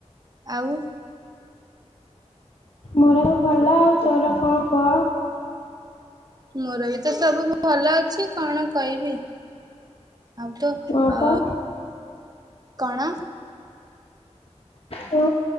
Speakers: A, on the right; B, on the left.
A: ଆଉ
B: ମୋର ଭଲ ଆଉ ତୋର କଁ କଅ?
A: ମୋର ବି ତ ସବୁ ଭଲ ଅଛି କଣ କଇବି? ଆଉ ତୁ
B: ହଁ
A: ଅ
B: ପା
A: କଣ?
B: ହଁ